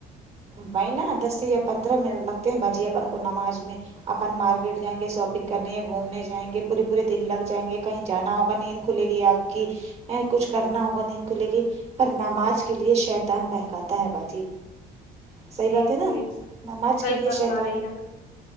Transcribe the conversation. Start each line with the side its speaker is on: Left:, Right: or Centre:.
Right: بھائی نا دس یا پندرہ منٹ لگتے ہیں باجی اپن کو نماز میں اپن مارکیٹ جائیں گے شاپنگ کرنے یا گھومنے جائیں گے پورے پورے دن لگ جائیں گے کہیں جانا ہوگا نیند کھلے گی آپ کی اے کچھ کرنا ہوگا نیند کھو لے گی پر نماج کے لیے شیطان بہکاتا ہے باجی صحیح
Left: جی
Right: بات ہے نا
Left: جی
Right: نماج
Left: صحیح
Right: کے لیے
Left: فرما
Right: شیطان
Left: رہی ہیں